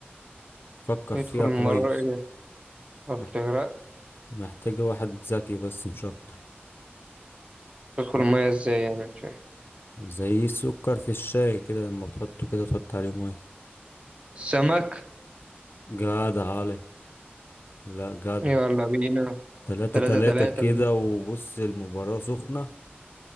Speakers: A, on the left (about 65°); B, on the right (about 30°).
A: فكر
B: بيدخل
A: فيها
B: مرة
A: كويس
B: ايه ما بتغرق
A: مح- محتاجة واحد ذكي بس مش اكتر تفكر.
B: تدخل المية ازاي يعني مش فاهم
A: زي السكر في الشاي كده لما بتحطه كده تحط عليه مية
B: السمك
A: جدع علي لا جدع
B: يلا بينا
A: تلاتة
B: تلاتة
A: تلاتة
B: تلاتة
A: كده وبص المباراة سخنة